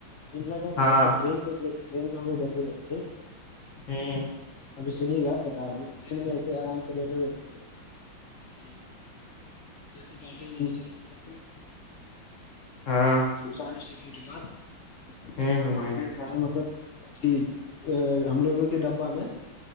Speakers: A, on the left; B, on the left.
A: شملا گئے تھے
B: ہاں
A: نا تو ٹرین میں جسے ٹرین میں ہم لوگ بیٹھے ہوئے تھے ٹھیک
B: ہوں
A: ابھی سنیے گا بتا رہا ہوں ٹرین میں ایسے آرام سے بیٹھے ہوئے تھے جیسے بالٹن اسٹیشن پارک کیا
B: ہاں
A: نا چالیس اسٹیشن کے بعد لوگوں
B: ہوں ہوں
A: کو ڈھیر ا مطلب ا ہم لوگوں کے ڈبہ میں